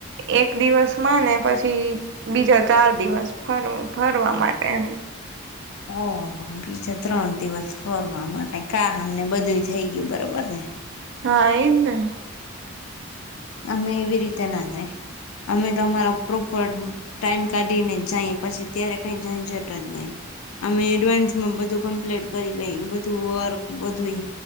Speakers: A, on the right; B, on the left.
A: એક દિવસ માં ને પછી બીજા ચાર દિવસ ફર ફરવા માટે એમ
B: ઓહ બીજા ત્રણ દિવસ ફરવા માટે કા અમને બધું થઈ ગયું બરાબર ને?
A: હા એમને
B: હ અમે એવી રીતે ના થાય અમે તો અમારો પ્રોપર ટાઈમ કાઢી ને જાય પછી ત્યારે કઈ જઈ જટ જ નહી. અમે એડવાન્સમાં બધું કમ્પ્લીટ કરી લઈ બધું વર્ક બધું